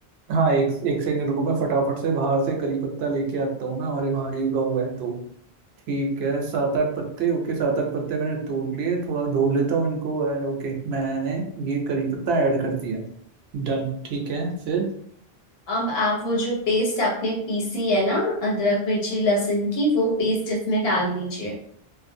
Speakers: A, on the right (about 85°); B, on the left (about 75°).
A: हाँ एक एक सेकंड रुको मैं फटाफट से बाहर से करी पत्ता लेके आता हूँ ना हमारे बाहर ही उगा हुआ है तो ठीक है सात आठ पत्ते ओके सात आठ पत्ते मैंने तोड़ लिए थोड़ा धो लेता हूँ इनको एंड ओके मैंने ये करी पत्ता ऐड कर दिया डन ठीक है फिर
B: अब आप वो जो पेस्ट आपने पीसी है ना अदरक मिर्ची लहसुन की वो पेस्ट इसमें डाल दीजिए